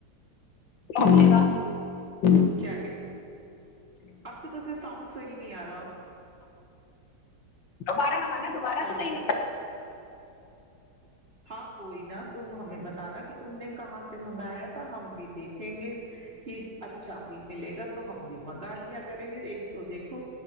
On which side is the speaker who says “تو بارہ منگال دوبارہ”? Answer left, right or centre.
Left